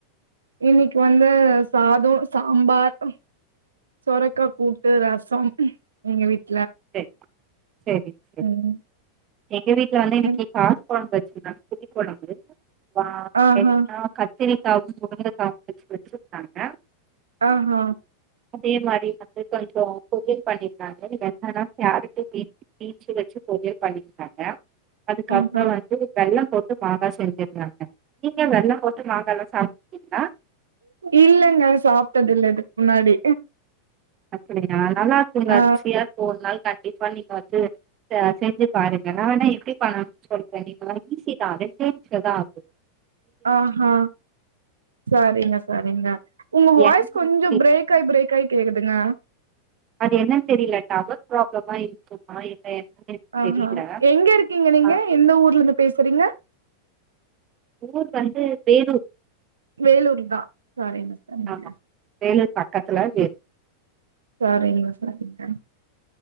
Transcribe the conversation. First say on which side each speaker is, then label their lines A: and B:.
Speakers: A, on the right (about 70°); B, on the right (about 30°).
A: இன்னிக்கி வந்து சாதோ சாம்பார் சொரக்கா கூட்டு ரசம் எங்க வீட்
B: சேரி சேரி சேரி
A: ம்
B: எங்க வீட்ல வந்து இன்னிக்கி
A: ம்.
B: கா கொழம்பு வச்சிருந்தாங்க புளி கொழம்பு வா
A: ஆஹா
B: என்னா கத் திரிக்காவும் முருங்கக்காவும் வச்சி வச்சிருந்தாங்க
A: ஆஹ
B: அதே மாரி வந்து கொஞ்சம் பொரியல் பண்ணிருந்தாங்க அதா கேரட்டு பீ பீன்ஸ் வச்சி பொரியல் பண்ணிருந்தாங்க அதுக்கப்புறம்
A: ஆஹா
B: வந்து வெல்லம் போட்டு பாகா செஞ்சிருந்தாங்க நீங்க வெல்லம் போட்டு மாங்காலா சாப்ட்ருக்கீங்ளா
A: இல்லங்க சாப்ட்டது இல்ல இது முன்னாடி
B: அப்டியா நல்லா இருக்குங்க
A: ஆ
B: ருசியா இருக்கும் ஒரு நாள் கண் ட்ரை பண்ணி பாத்து இத செஞ்சி பாருங்க நா வேணா எப்டி பண்ணணும்னு சொல்றேன் நீங்க ஈஸி தான் ரெண்டே நிமிஷம் தான் ஆகும்
A: ஆஹ சரிங்க சரிங்க உங்க வாய்ஸ்
B: எண்ண
A: கொஞ்சம்
B: ஊத்தி
A: பிரேக் ஆயி பிரேக் ஆயி கேக்குதுங்க
B: அது என்னன்னு தெரியில டவர் ப்ராப்ளமா இருக்குமா என்னன்னு எனக்கு
A: ஆஹ
B: தெரியல
A: எங்க இருக்கீங்க நீங்க
B: அ
A: எந்த ஊர்ல இருந்து பேசறீங்க
B: ஊர் வந்து வேலூர்
A: வேலூர் தா சரிங்க சரிங்க
B: ஆமா வேலூர் பக்கத்துல வேலூர்
A: சரிங்க சரிங்க